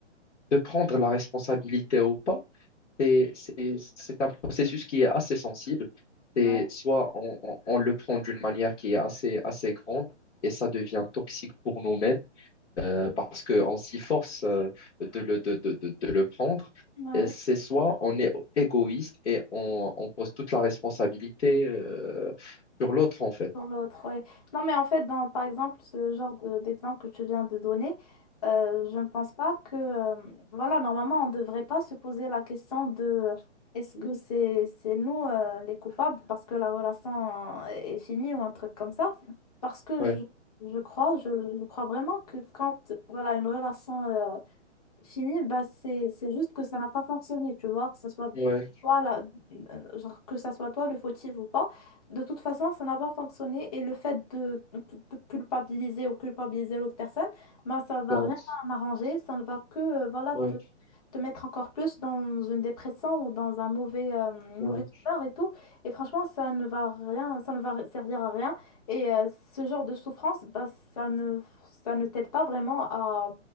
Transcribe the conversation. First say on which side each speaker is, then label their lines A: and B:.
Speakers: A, on the left (about 65°); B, on the left (about 30°).
A: de prendre la responsabilité ou pas, c'est c'est- c'est un processus qui est assez sensible.
B: Ouais,
A: C'est soit on, on- on le prend d'une manière qui est assez, assez grande et ça devient toxique pour nous-mêmes euh, parce qu'on s'y force euh, de le, de, de, de, de le prendre.
B: ouais.
A: Et C'est soit on est égoïste et on, on pose toute la responsabilité euh, sur l'autre en fait.
B: Pour l'autre, oui. Non, mais en fait, dans, par exemple, c'est le genre de- d'exemple que tu viens de donner, euh, je ne pense pas que, euh, voilà, normalement, on ne devrait pas se poser la question de euh, est-ce que c'est c'est nous euh, les coupables parce que la relation euh, est finie ou un truc comme ça. Parce que
A: Ouais,
B: je, je crois, je, je crois vraiment que quand, voilà, une relation euh, fini, bah c'est c'est juste que ça n'a pas fonctionné, tu vois, que ça soit
A: ouais,
B: toi la- euh, genre que ça soit toi le fautif ou pas. De toute façon, ça n'a pas fonctionné et le fait de, de culpabiliser ou culpabiliser l'autre personne, bah ça va
A: ça-
B: rien arranger, ça ne va que euh, voilà
A: ouais,
B: te mettre encore plus dans une dépression ou dans un mauvais, euh, une
A: ouais.
B: mauvaise humeur et tout. Et franchement, ça ne va rien, ça ne va servir à rien. Et euh, ce genre de souffrance, bah, ça ne, ça ne t'aide pas vraiment à,